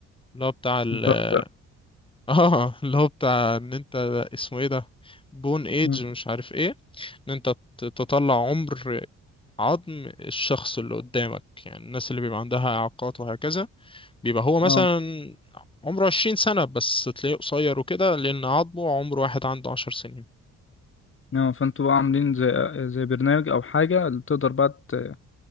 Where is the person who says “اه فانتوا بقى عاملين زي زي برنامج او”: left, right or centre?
Left